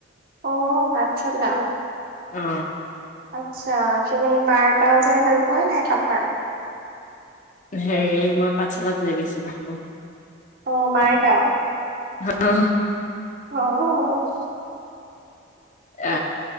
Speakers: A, on the right (about 50°); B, on the left (about 40°).
A: অ পাঠশালা।
B: অ।
A: আচ্ছা তুমি মাৰ গাঁও যাই ভাল পোৱা নে পাপাৰ?
B: হেই মই পাঠশালাত যায় বেছি ভাল পাওঁ।
A: অ মাৰ গাঁও।
B: <inaudible>
A: অ অ।
B: এ